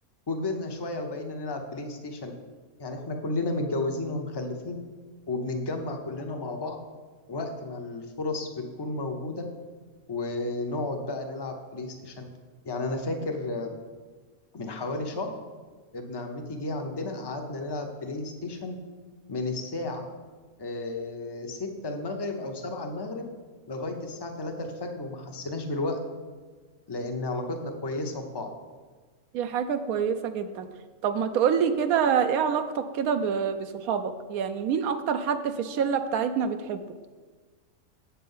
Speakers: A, on the left; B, on the right.
A: وكبرنا شوية وبقينا نلعب بلاي ستيشن يعني احنا كلنا متجوزين ومخلفين وبنتجمع كلنا مع بعض وقت ما الفرص بتكون موجودة ونقعد بقى نلعب بلاي ستيشن يعني أنا فاكر آه، من حوالي شهر ابن عمتي جه عندنا قعدنا نلعب بلاي ستيشن من الساعة آه، ستة المغرب أو سبعة المغرب لغاية الساعة تلاتة الفجر وما حسيناش بالوقت لأن علاقتنا كويسة ببعض
B: دي حاجة كويسة جدا طب ما تقولي كده ايه علاقتك كده ب- بصحابك يعني مين اكتر حد في الشلة بتاعتنا بتحبه